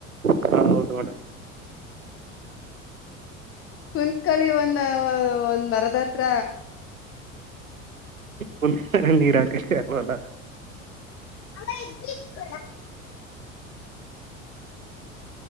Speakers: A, on the right; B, on the left.
A: ಹ ಹೌದು ಮೇಡಮ್
B: ಕುಂತ್ಕಳಿ ಒಂದ ಒಂದ್ ಮರದ ಹತ್ರ
A: ಮುಂದ ನೀರಾಕವಲ್ಲ
B: ಹ ಇದರ ಸ್ಕ